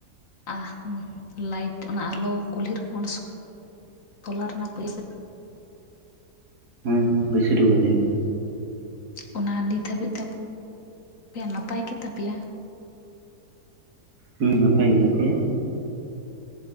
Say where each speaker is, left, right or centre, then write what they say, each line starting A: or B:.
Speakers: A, on the left; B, on the right.
A: ᱟ ᱩᱸᱻᱞᱟᱭᱤᱴ ᱚᱱᱟ ᱟᱞᱚ ᱠᱩᱞᱦᱤ ᱨᱮ ᱠᱚᱱᱥᱼᱼ ᱛᱚᱞᱟ ᱨᱮᱱᱟᱜ ᱯᱤᱲᱤ ᱥᱮᱜᱼᱼ
B: ᱦᱩᱸ ᱵᱮᱥᱤ ᱴᱩᱠᱩ ᱜᱮ ᱞᱮ ᱦᱚᱸ᱾
A: ᱚᱱᱟ ᱱᱤᱛ ᱦᱟᱹᱵᱤᱡ ᱛᱮ ᱯᱮᱭᱟᱜ ᱱᱟᱯᱟᱭ ᱜᱮᱛᱟ ᱯᱮᱭᱟ?
B: ᱦᱩᱸ ᱱᱟᱯᱟᱭ ᱜᱮᱭᱟ, ᱟᱯᱮᱭᱟᱜ?